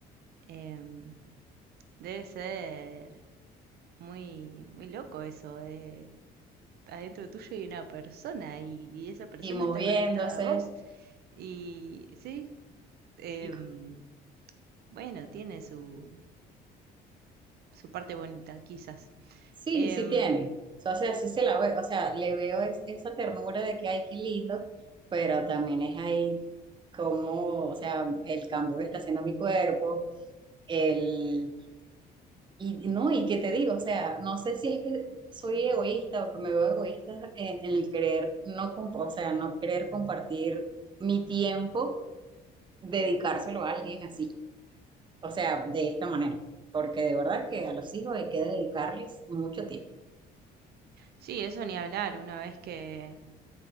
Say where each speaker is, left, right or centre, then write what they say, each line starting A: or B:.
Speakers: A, on the right; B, on the right.
A: Em, debe ser muy, muy loco eso de adentro tuyo hay una persona y, y esa persona
B: y moviéndose.
A: está conectada a vos. Y sí, em,
B: y
A: bueno, tiene su, su parte bonita, quizás.
B: Sí,
A: Em,
B: sí tiene. O sea, sí se la ve, o sea, le veo es- esa ternura de que ay, qué lindo, pero también es ahí como, o sea, el cambio que está haciendo mi cuerpo, el, y no, y qué te digo, o sea, no sé si es que soy egoísta o que me veo egoísta en, en el querer no, comp- o sea, no querer compartir mi tiempo, dedicárselo a alguien así, o sea, de esta manera, porque de verdad que a los hijos hay que dedicarles mucho tiempo.
A: sí, eso ni hablar, una vez que,